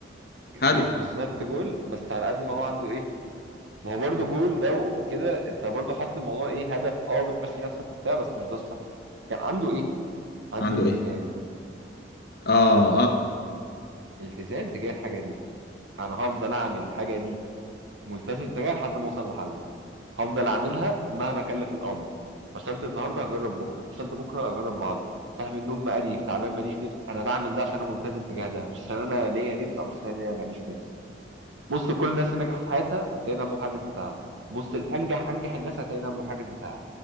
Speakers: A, on the right (about 90°); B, on the left (about 55°).
A: مش
B: هدف
A: بالظبط جول بس على قد ما هو عنده ايه ما هو برضه جول ده وكده انت برضه حاطط الموضوع ايه هدف اه بتمشي نفسك وبتاع بس مش ده الصح كان عنده ايه عنده
B: عنده
A: التزام
B: ايه اه اه
A: التزام تجاه الحاجه دي انا هفضل اعمل الحاجه دي ملتزم تجاهها لحد ما اوصل لحل هفضل اعملها مهما كلف الامر فشلت النهارده هجرب بكره فشلت بكره هجرب بعد صاحي من النوم مقريف تعبان ماليش نفس انا بعمل ده عشان انا ملتزم تجاه ده مش عشان انا ليا نفس او مش عشان انا ليا ماليش نفس بص كل الناس اللي نجحت في حياتها هتلاقي ده المحرك بتاعها بص الانجح انجح الناس هتلاقي ده المحرك بتاعها